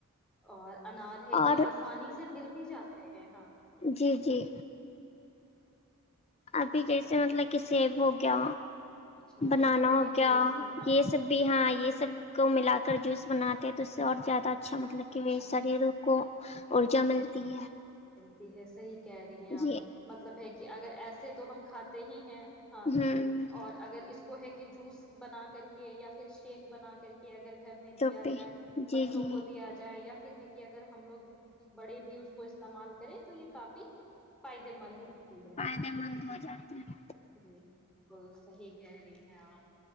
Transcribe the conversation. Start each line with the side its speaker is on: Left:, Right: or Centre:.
Centre: اور انار ہے
Left: اور
Centre: کہ آسانی سے مل بھی جاتے ہیں ہاں ابھی
Left: جی
Centre: <inaudible>
Left: جی ابھی جیسے مطلب کسیب ہو گیا
Centre: اچھا
Left: بنانا
Centre: ان سے
Left: ہو
Centre: بھی جوس
Left: گیا
Centre: ہاں ہاں
Left: یہ سب بھی ہاں یہ سب سب کو ملا کر جوس بناتے ہیں تو اس اور زیادہ اچھا مطلب
Centre: اچھا
Left: کہ شریر کو ارجا ملتی ہے
Centre: تی ہیں صحیح کہہ رہی ہیں آپ
Left: جی
Centre: مطلب ہے کہ اگر ایسے تو ہم کھاتے ہی ہیں ہاں
Left: ہوں
Centre: اور اگر اس کو ہے کہ جوس بنا کر کے یا پھر شیک بنا کر کے گر گھر میں
Left: تو
Centre: دیا
Left: پہ
Centre: جائے
Left: جی
Centre: بچوں
Left: جی
Centre: کو دیا جائے یا پھر ہے کہ اگر ہم لوگ بڑے بھی اس کو استعمال کریں تو یہ کافی فائدے مند ہوتی ہے
Left: فائدے مند ہو جاتے ہیں
Centre: جی بالکل صحیح کہہ رہی ہیں آپ